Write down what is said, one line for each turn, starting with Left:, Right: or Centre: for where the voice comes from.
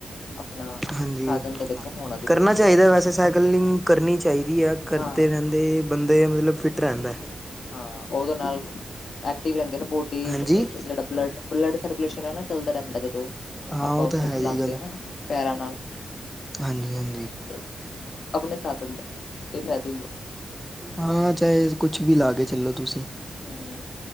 Left: ਆਪਣਾ
Centre: ਹਾਂਜੀ
Left: ਸਾਧਨ ਤਾਂ ਦੇਖੋ ਹੋਣਾ ਜ਼ਰੂਰੀ
Centre: ਕਰਨਾ ਚਾਹੀਦਾ
Left: ਆ
Centre: ਵੈਸੇ ਸਾਈਕਲਿੰਗ ਕਰਨੀ ਚਾਹੀਦੀ ਆ ਕਰਤੇ
Left: ਹਾਂ
Centre: ਰਹਿੰਦੇ ਅਤੇ ਬੰਦਾ ਮਤਲਬ ਫਿੱਟ ਰਹਿੰਦਾ।
Left: ਹਾਂ ਉਹਦੇ ਨਾਲ ਐਕਟਿਵ ਰਹਿੰਦੇ ਨਾ ਬੋਡੀ
Centre: ਹਾਂਜੀ
Left: ਜਿਹੜਾ ਬਲੱਡ ਬਲੱਡ ਸਰਕੂਲੇਸ਼ਨ ਹੈ ਨਾ ਚੱਲਦਾ ਰਹਿੰਦਾ ਜਦੋਂ
Centre: ਹਾਂ
Left: ਆਪਾਂ
Centre: ਉਹ ਤਾਂ ਹੈ
Left: ਨੂੰ ਚਲਾਉਂਦੇ
Centre: ਜੀ ਗੱਲ
Left: ਨਾ ਪੈਰਾਂ ਨਾਲ
Centre: ਹਾਂਜੀ ਹਾਂਜੀ
Left: ਆਪ ਆਪਣੇ ਸਾਧਨ ਦਾ ਇਹ ਫ਼ਾਇਦਾ ਹੀ ਹੈ।
Centre: ਹਾਂ ਚਾਹੇ ਕੁਛ ਵੀ ਲਾ ਕੇ ਚੱਲੋ ਤੁਸੀਂ
Left: ਹਮ,